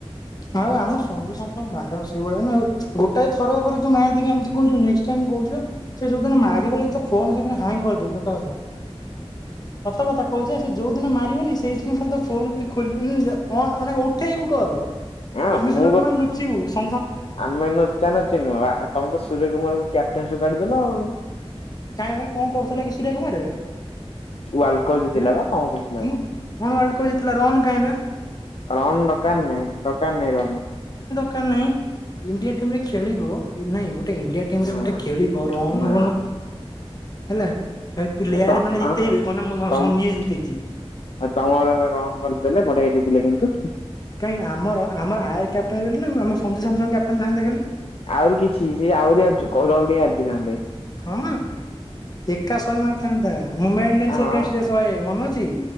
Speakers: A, on the left; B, on the left.
A: ଆଉ ଆମ ସଞ୍ଜୁ ସମସନ ବାହାର ସେଇଭଳିଆ ନା ଆଉ, ଗୋଟା ଥରକରେ ତୁ ମ୍ୟାଚ ଦେଖିକି ଏମିତି କହୁଚୁ ନେକ୍ସଟ ଟାଇମ୍ କହୁଛ ସେ ଯୋଦିନ ମାରିବନି ତ ଫୋନ ସେଦିନ ହ୍ୟାଙ୍ଗ କରିଦେବି ସତ କଥା ସତ କଥା କହୁଛି ଆ ସେ ଯୋଉ ଦିନ ମାରିବନି ସେଇଦିନ ଖାଲି ତୋ ଫୋନ ଖାଲି ଖୋଲି ମାନେ ହଁ ଅନା ଉଠେଇବୁ କଲ
B: ହଁ
A: ଏମିତି
B: ମୁଁ
A: ନୁହଁ
B: ବା
A: କି ମାନେ ଲୁଚିବୁ ସ
B: ଆମେ ନୁଚା ନୁଚି ନୁହଁ ବା ତମେ ତ ସୂର୍ୟ କୁମାର କୁ କ୍ୟାପ୍ଟେନସି ରୁ କାଢିଦେଲ ଆଉ।
A: କାଇଁ କଣ କରୁଥିଲା କି ସୁର୍ୟ କୁମାର?
B: ୱାର୍ଲଡ କପ୍ ଜିତିଲା
A: ହାଁ
B: ବା କଣ କହୁଥିଲ
A: କି
B: କଣ?
A: କଣ ୱାର୍ଲଡ କପ ଜିତିଲା ରନ୍ କାହିଁବା?
B: ରନ ଦରକାର ନାହିଁ ଦରକାର ନହିଁ ରନ।
A: କାର ନାହିଁ, ଇଣ୍ଡିଆ ଟିମରେ ଖେଳିବ କି ନାଇଁ ଗୋଟେ ଇଣ୍ଡିଆ ଟିମ
B: ହଁ
A: ରେ ଗୋଟେ ଖେଳିବ ରନ
B: ନା
A: ହେଲା। ପ୍ଲେୟାର
B: ତ-ତ
A: ମାନେ ଜିତେଇବେ
B: ଆଁ
A: କଣ ନା ମୁଁ ସ-
B: ତମ-ତମର
A: ସଞ୍ଜୁ ଜିତେଇଛି
B: ଏବେ ରନ କରିଦେଲେ? ବଢେଇ ଦେଇଥିଲେ କିନ୍ତୁ।
A: କାହିଁ ଆମର ଆମର ଆୟର କ୍ୟାପଟନ ବୋଲି ନା ଆମ ସଞ୍ଜୁ ସାମସନ୍ କ୍ୟାପ୍ଟନ ଥାନ୍ତା ଖାଲି।
B: ଆହୁରି କିଛି ସିଏ ଆହୁରି ଅଛି, ଜଲଦି <unintelligible>
A: ହଁ ଏକା ଶହେ ମାରିଥାନ୍ତା, ମୁମ୍ବାଇ ଇଣ୍ଡିଆନ୍ସ
B: ହଁ
A: ଏଗନେଷ୍ଟରେ ଶହେ ମନେ ଅଛି?